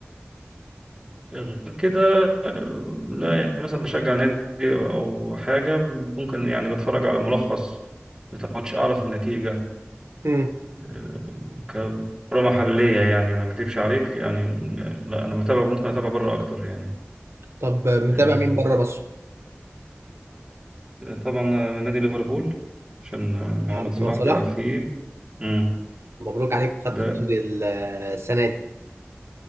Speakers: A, on the right; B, on the right.
A: غير كده آه، لا يعني مثلا بشجع نادي او حاجه ممكن يعني بتفرج على الملخص بتاع الماتش اعرف النتيجه
B: مم.
A: آه، ككره محليه يعني ما اكذبش عليك يعني آه، لا انا متابع ممكن اتابع بره اكتر يعني
B: طب آه، متابع
A: آه،
B: مين بره مصر؟
A: طبعا آه، نادي ليفربول عشان آه، محمد
B: آه، محمد
A: صلاح
B: صلاح
A: بيلعب فيه مم.
B: مبروك عليك خدت
A: ده
B: الدوري ال- آه، السنة دي